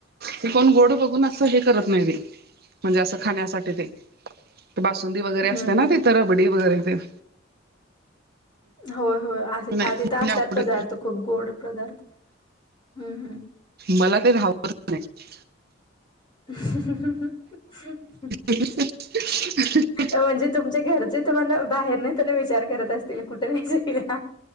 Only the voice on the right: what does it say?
ती कोण गोड बघून असं हे करत नाही म्हणजे असं खाण्यासाठी ते. तर बासुंदी वगैरे
असते
ना तिथे रबडी वगैरे ते.
नाही
मी
आवडे
मला ते राहपच नाही.
<unintelligible>